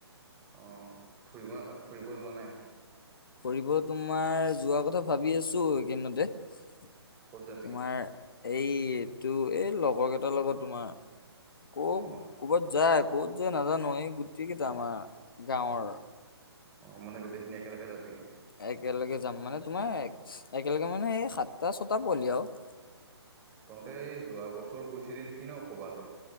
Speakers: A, on the right; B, on the left.
A: অ ফুৰিব ফুৰিব যোৱা নাই?
B: ফুৰিব তোমাৰ যোৱা কথা ভাবি আছো এইকেইদিনতে। তোমাৰ
A: ক'ত যাবি
B: এইটো এই লগৰ কেইটাৰ লগত তোমাৰ ক'ত
A: অ
B: ক'বাত যায় ক'ত যায় নাজানো এই গুটেই কেইটা আমাৰ গাঁৱৰ
A: অ মানে গোটেইখিনি একেলগে যাবি আৰু।
B: একেলগে যাম মানে তোমাৰ একেলগে মানে এই সাতটা-ছটা পোৱালি আৰু।
A: তহঁতে যোৱা বছৰ গৈছিলি নেকি ন কবালে।